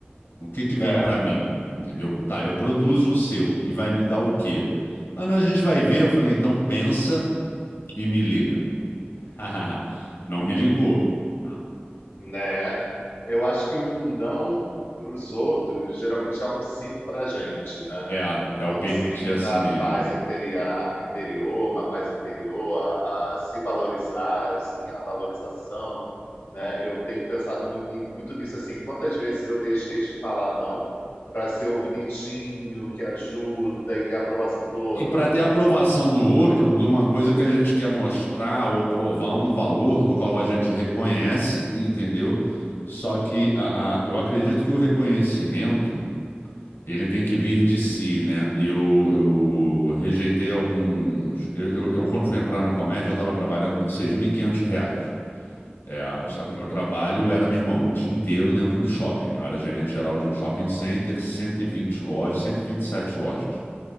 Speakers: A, on the left; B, on the left.
A: O que que
B: É,
A: vem pra mim? Entendeu? Tá, eu produzo o seu e vai me dar o quê? Ah, não, a gente vai ver. Eu falei, então pensa e me liga. <laughs> Não me ligou. Tá.
B: né? Eu acho que um não para os outros geralmente é um sim para a gente, né?
A: É, é
B: Então,
A: o permitir
B: sim,
A: a
B: para
A: si mesmo.
B: a paz interior, interior, uma paz interior, a, a se valorizar, eu sim a valorização, né? Eu tenho pensado muni- muito nisso assim, quantas vezes eu deixei de falar não para ser o bonitinho que ajuda e ter a aprovação do outro,
A: E para
B: entendeu?
A: ter aprovação do outro, de uma coisa que a gente quer mostrar ou provar um valor do qual a gente reconhece, entendeu? Só que a, a- eu acredito que o reconhecimento ele tem que vir de si, né? Eu, eu rejeitei alguns. Eu, eu, eu, quando fui entrar na comédia, eu estava trabalhando por 6.500 reais. É,
B: Uhum.
A: só que o meu trabalho era, meu irmão, o dia inteiro dentro do shopping. Eu era gerente geral de um shopping center, 120 lojas, 127 lojas